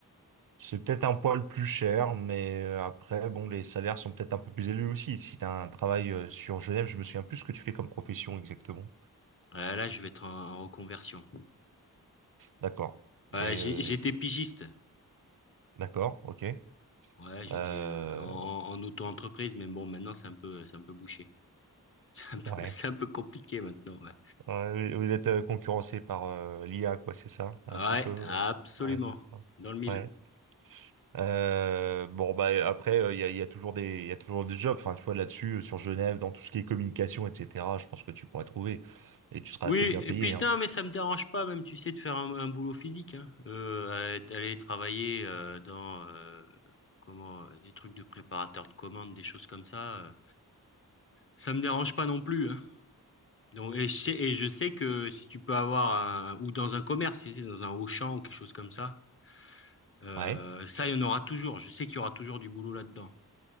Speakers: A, on the right; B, on the left.
A: C'est peut-être un poil plus cher, mais euh, après, bon, les salaires sont peut-être un peu plus élevés aussi. Si tu as un travail euh, sur Genève, je me souviens plus ce que tu fais comme profession exactement.
B: Ah, là, je vais être en, en reconversion.
A: D'accord.
B: Ouais,
A: Mais
B: j'ai-
A: euh,
B: j'étais pigiste.
A: d'accord, ok.
B: Ouais, j'étais
A: Euh,
B: euh, en, en- en auto-entreprise, mais bon, maintenant, c'est un peu, c'est un peu bouché. <laughs> C'est un peu,
A: ouais.
B: c'est un peu compliqué maintenant, ouais.
A: Ouais, Vous êtes euh, concurrencé par euh, l'IA, quoi, c'est ça? Un
B: Ouais,
A: petit peu. euh.
B: absolument.
A: Ouais, c'est ça.
B: Dans le mille.
A: Ouais. Euh, bon bah après euh, il y a, y a toujours des il y a toujours des jobs enfin tu vois là-dessus euh, sur Genève dans tout ce qui est communication etc je pense que tu pourrais trouver et tu seras
B: Oui,
A: assez bien
B: et
A: payé
B: puis
A: hein.
B: non, mais ça me dérange pas même, tu sais, de faire un, un boulot physique, hein. Euh, aller aller travailler euh, dans euh, comment euh, des trucs de préparateur de commandes, des choses comme ça, euh, ça me dérange pas non plus, hein. Donc, et je sais, et je sais que si tu peux avoir un, ou dans un commerce, si c'est dans un Auchan ou quelque chose comme ça, euh,
A: Ouais.
B: ça, il y en aura toujours. Je sais qu'il y aura toujours du boulot là-dedans.